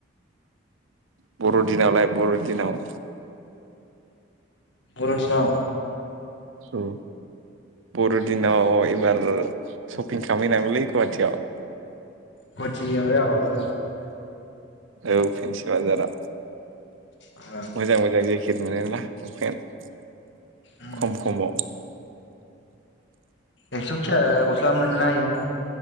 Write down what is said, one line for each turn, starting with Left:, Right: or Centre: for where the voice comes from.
Right: बर' दिनावलाय बर' दिनाव?
Left: बर'दिनाव?
Right: औ बर'दिनाव एबार सपपिं खालामहैनांगौलै गुवाटियाव
Left: गुवाटियाव <unintelligible>
Right: औ फेन्सि बाजारा
Left: ओ
Right: मोजां मोजां जेखेट मोनोना <unintelligible>
Left: उम
Right: खम खमाव
Left: एक्जफिजा गस्लाबो मोनोना इयाव?